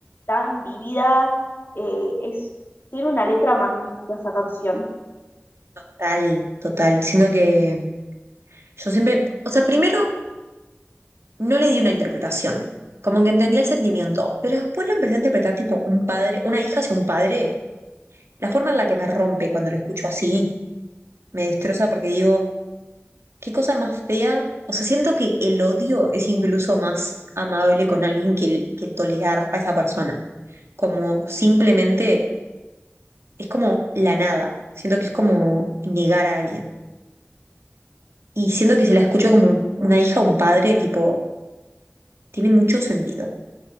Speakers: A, on the left; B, on the right.
A: tan vivida, eh, es, tiene una letra magnífica esa canción.
B: Total, total. Siento que yo siempre, o sea, primero no le di una interpretación. Como que entendí el sentimiento, pero después lo empecé a interpretar tipo un padre, una hija hacia un padre. La forma en la que me rompe cuando lo escucho así me destroza porque digo, qué cosa más fea. O sea, siento que el odio es incluso más amable con alguien que, el- que tolerar a esa persona. Como simplemente es como la nada. Siento que es como negar a alguien. Y siento que si la escucho como un- una hija o un padre, tipo, tiene mucho sentido,